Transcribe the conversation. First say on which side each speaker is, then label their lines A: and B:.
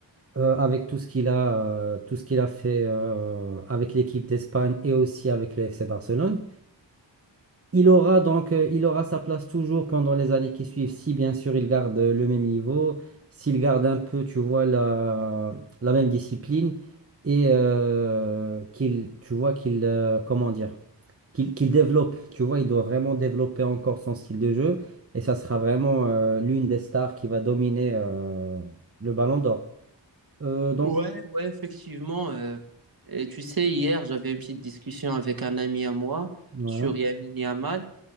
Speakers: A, on the right; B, on the right.
A: Euh, avec tout ce qu'il a, euh, tout ce qu'il a fait euh, avec l'équipe d'Espagne et aussi avec le FC Barcelone. Il aura donc, euh, il aura sa place toujours pendant les années qui suivent, si bien sûr il garde euh, le même niveau, s'il garde un peu, tu vois, la, la même discipline et euh, qu'il, tu vois, qu'il, euh, comment dire, qu'il qu'il développe, tu vois, il doit vraiment développer encore son style de jeu et ça sera vraiment euh, l'une des stars qui va dominer euh, le Ballon d'Or. Euh, donc,
B: Ouais, ouais, effectivement. euh, et tu sais, hier, j'avais une petite discussion avec un ami à moi
A: ouais,
B: sur Yamin Yamal